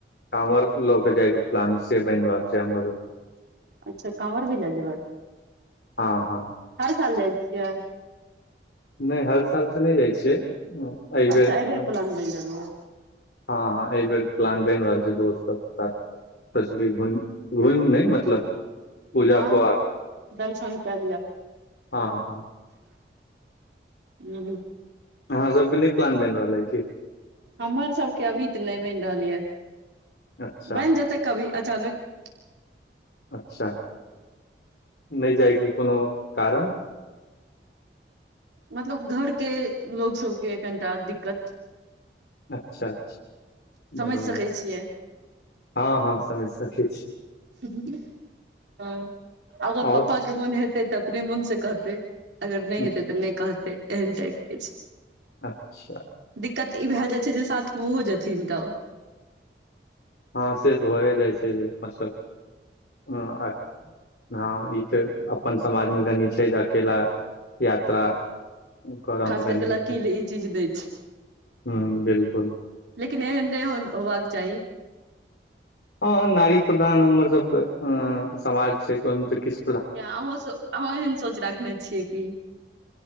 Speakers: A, on the left; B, on the right.
A: कांवर ल क जाय के प्लान से बनि रहल छै, हमर सभ के।
B: अच्छा कांवर भी ल जेबै,
A: हँ हँ
B: हर साल जाय छिय।
A: नहि हर साल त नहि जाइ छियै, एहि
B: अच्छा
A: बेेर
B: बेर
A: हं-
B: प्लान बनि रहलै
A: हं अय बेर प्लान बनि रहल छै, दोस्त सब के साथ <unintelligible> घुमि नहि मतलब पूजा
B: हं
A: कऽ आर
B: दर्शन क लिय।
A: ह - ह।
B: <unintelligible>
A: अहाँ सबके नै प्लान बैन रहल ऐय, कि?
B: हमर सबके अभी तऽ नै बैन रहल यऽ
A: अच्छा
B: बैन जेतै कभी अचानक
A: अच्छा, नै जायके कोनो कारण?
B: मतलब घर के लोग सबके, कनिटा दिक्कत
A: अच्छा - अच्छा
B: समझ
A: बढ़िआ,
B: सकै छियै
A: ह - ह समझ सकै छी।
B: ह अगर
A: आओर
B: पापा के मोन हेतै तऽ अपने मोन से कहतै अगर नै
A: हूँ,
B: हेतै तऽ नै कहतै एहन टाइप के छे।
A: अच्छा।
B: दिक्कत इ भे जाइ छै, जे साथ में ओहो जेथिन गाँव।
A: ह से तऽ भए जाइ छै जे मतलब ह ह इ तऽ अपन समाज मे कनी छै, जे अकेला यात्रा करमे
B: खास
A: कनी
B: करके लड़की
A: दिककत
B: ई चीज दै छै
A: ह बिलकुल
B: लेकिन एहेन नै हो, होवाक चाही
A: ह नारी प्रधान हमर सबके, ह समाज छै, तहन त किछ
B: किये अहूँ सब अहूँ एहन सोच राखने छियै कि